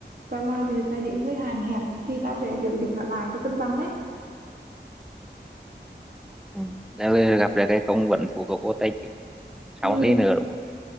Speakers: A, on the right; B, in the centre.
A: còn mà ví dụ tài chính hơi hạn hẹp thì tao sẽ kiểu tỉnh đoạn lại cho cân bằng đấy
B: ừ. Rồi là gặp được cái công vẫn phụ thuộc vô tài chính sau
A: ừ,
B: thế nữa đúng không?